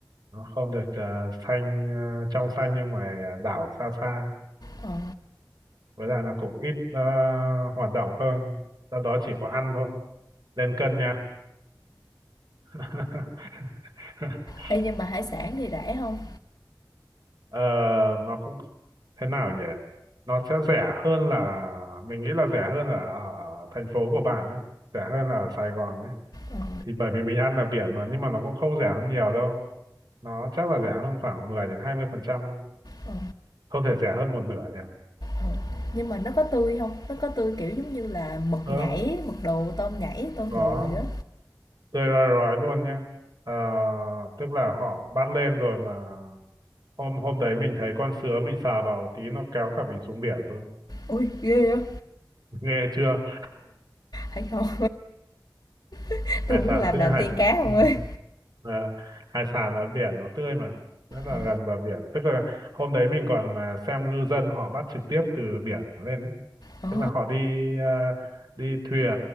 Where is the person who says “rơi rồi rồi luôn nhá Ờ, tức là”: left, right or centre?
Right